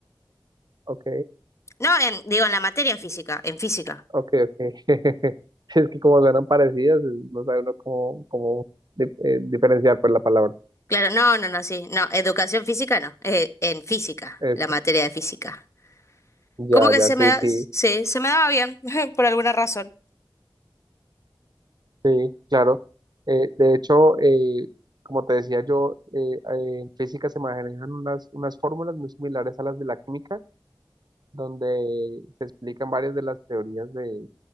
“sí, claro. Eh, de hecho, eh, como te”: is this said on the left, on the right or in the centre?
Right